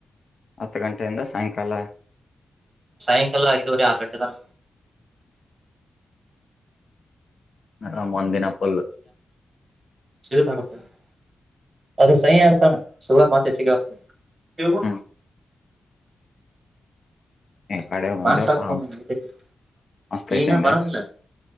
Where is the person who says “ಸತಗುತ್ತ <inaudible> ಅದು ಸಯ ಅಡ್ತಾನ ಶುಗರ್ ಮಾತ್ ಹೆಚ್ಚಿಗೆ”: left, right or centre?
Right